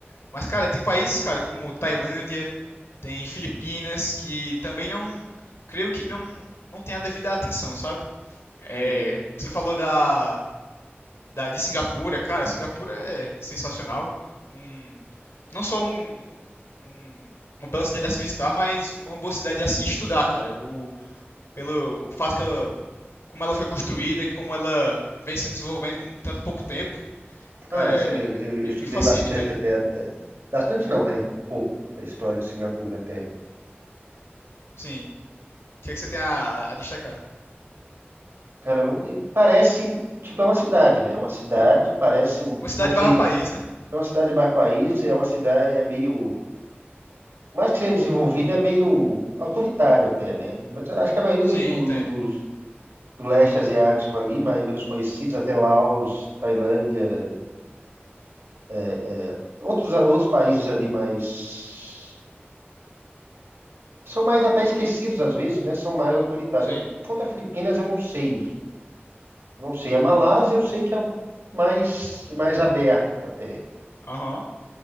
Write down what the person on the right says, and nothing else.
Uhum.
Ah,
sim, eu, eu-
eu estudei
bastante
até, até- Bastante não, né? Um pouco da história de Singapura até.
Cara, não, eu- parece... Tipo, é uma cidade, né? É uma cidade, parece... um-
Não sei...
É uma cidade barra país, é uma cidade... É meio... Mais que seja desenvolvida, é meio autoritário até, né? Mas acho que a maioria
dos, do,
do- dos, do leste asiático ali, mais menos conhecidos, até Laos, Tailândia, é, é, outros, outros países ali mais São mais até esquecidos às vezes, né? São mais autoritários.
Quanto a Filipinas, eu não sei. Não sei. A Malásia, eu sei que é um- mais, mais aberto até.